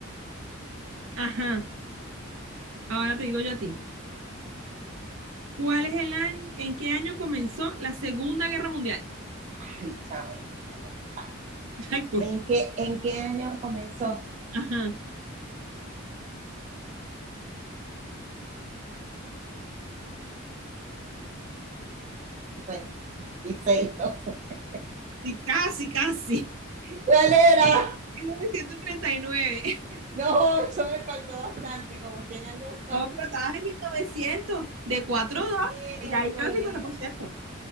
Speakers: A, on the right; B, on the right.
A: Ajá, ahora te digo yo a ti. ¿Cuál es el año, en qué año comenzó la Segunda Guerra Mundial?
B: Ay, chamo, ahí sí me va.
A: <laughs> Ay, coño.
B: ¿En qué, en qué año comenzó?
A: Ajá.
B: 1856, no sé.
A: Y casi, casi.
B: ¿Cuál era?
A: <laughs> 1939.
B: No, eso me faltó bastante, como 100 años más.
A: No, pero estabas en 1900, de 4
B: Miércoles.
A: a 2, ya ahí lleva cincuenta por ciento.